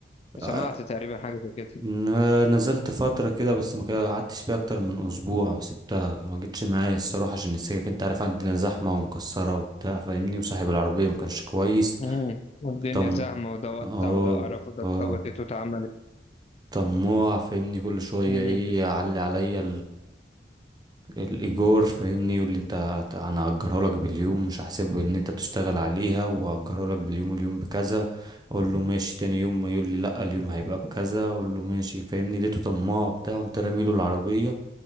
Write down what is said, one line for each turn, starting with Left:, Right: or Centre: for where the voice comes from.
Left: سمعت
Right: آه،
Left: تقريبا حاجة زي كده
Right: ن- نزلت فترة كده بس ما كده- قعدتش فيها اكتر من اسبوع وسبتها فما جتش معايا الصراحة عشان السكك انت عارف عندنا زحمة ومكسرة وبتاع فاهمني وصاحب العربية ما كانش كويس
Left: مم. والدنيا
Right: طم
Left: زحمة وده وسع
Right: اه
Left: وده قرف وده
Right: اه
Left: اتربطت واتعملت
Right: طماع فاهمني كل شوية
Left: مم.
Right: ايه يعلي عليا الايجار فاهمني يقول لي انت هت- انا هأجره لك باليوم مش هحسبه ان انت بتشتغل عليها وهأجره لك باليوم اليوم بكذا اقول له ماشي تاني يوم ما يقول لي لا اليوم هيبقى بكذا اقول له ماشي فاهمني لقيته طماع بتاع قمت راميله العربيه